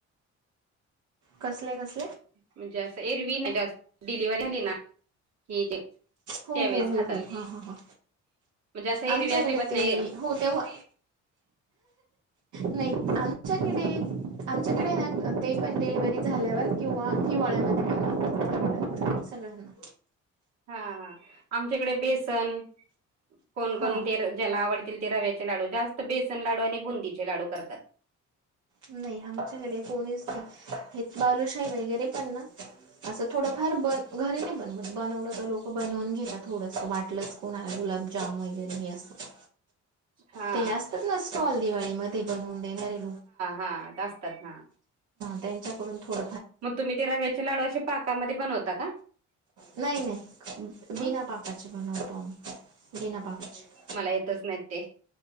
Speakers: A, on the right; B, on the right.
A: कसले कस
B: म्हणजे असं एरवी नाही जास्त डिलिव्ही झाली ना हे त्यावेेळेस
A: हो हो हो
B: खातात
A: हो हां हां हां
B: म्हणजे असं हे
A: आमच्याकडे
B: रवयाजीबत
A: ते
B: नाही
A: हो तेव्हा नाही आमच्याकडे आमच्याकडे ना ते पण डिलिव्हरी झाल्यावर युवा हिवाळ्यामध्येध पला सगळ्यांना
B: हा हा आमच्याकडे बेसन कोणकण
A: हां
B: ते ज्याला आवडतील ते रव्याचे लाडू जास्त बेसन लाडू आणि बुंदीचे लाडू करतात.
A: नाही आमच्याकडे फोनच नाही हे बालूशाही वगैरे पण ना. असं थोडंफार बन घरी नाही बन बनवलं तर लोक बनवून घेतात थडस वाटलं. कोणाला गुलाबजाम वगैरे हे असत.
B: हा
A: ते असतात ना स्टॉल दिवाळी मध्ये बनवून देणार रे हा
B: हा असतात हा
A: त्यांच्याकडून थोड
B: मग तुम्ही ते रव्याचे लाडू असे पाकामध्ये बनवता का
A: नाही नाही
B: मग
A: बना पकचे कोणतम बिना पाकचे
B: मला येतच नाही ते.